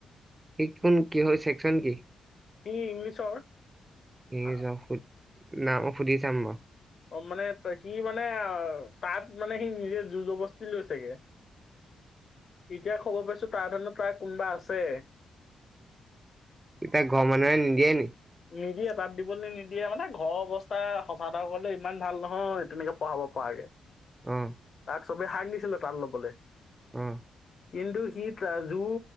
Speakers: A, on the right (about 25°); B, on the left (about 55°).
A: সেই খন কিহৰ চেকচন কি?
B: ই ইংলিছৰ?
A: ইংলিছৰ
B: আ-
A: নাম সুধি চাম বাৱ।
B: অহ মানে সি মানে তাত মানে সি নিজে জোৰ যবস্তি লৈছেগে। এতিয়া খবৰ পাইছো তাৰ তাত কোনোবা আছে।
A: এতিয়া ঘৰ মানুহে নিদিয়ে নি?
B: নিদিয়ে তাত দিবলে নিদিয়ে মানে ঘৰৰ অৱস্থা সঁচা এটা কৰিলে ইমান ভাল নহয় তেনেকে পঢ়াব পৰাকে।
A: অ'
B: চবেই শাক দিছিলে তাত ল'বলে।
A: উম।
B: কিন্তু সি তা যো